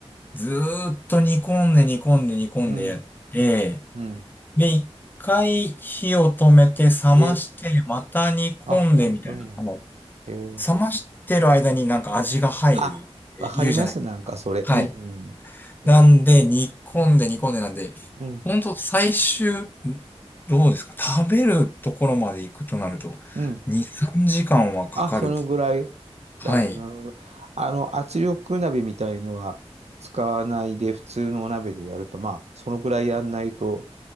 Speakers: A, on the left (about 15°); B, on the right (about 75°).
A: ずーっと煮込んで煮込んで煮込んでやって、
B: うん。うん。
A: で、一回火を止めて冷まして、
B: え、
A: また煮込んでみたいな、
B: あ、本当に。
A: あの、
B: えー
A: 冷ましてる間になんか味が入るって言うじゃないですか。
B: あ、わかります。なんかそれ。
A: はい。
B: うん。えー
A: なんで、煮込んで煮込んでなんで、
B: うん。うん。
A: ほんと最終、んどうですか食べるところまで行くとなると、
B: うん
A: 2、3時間はかかる。
B: あ、そのぐらい。
A: はい。
B: なるほど、なるほど。あの、圧力鍋みたいのは使わないで、普通のお鍋でやると、まあ、そのぐらいやんないと、